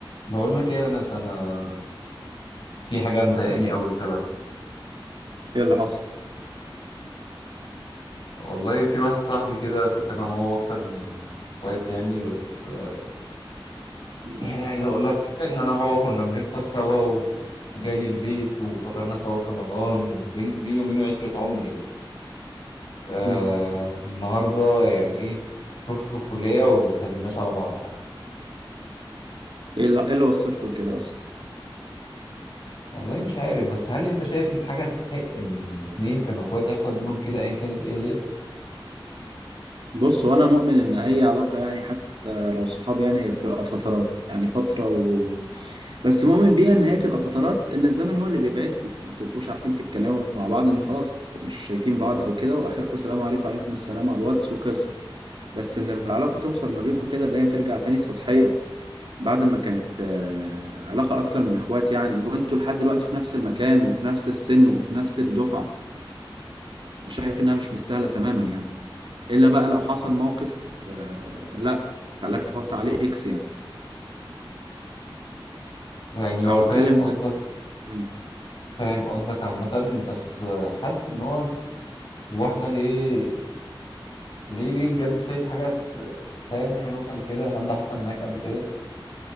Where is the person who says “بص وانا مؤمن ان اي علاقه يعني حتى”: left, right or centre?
Right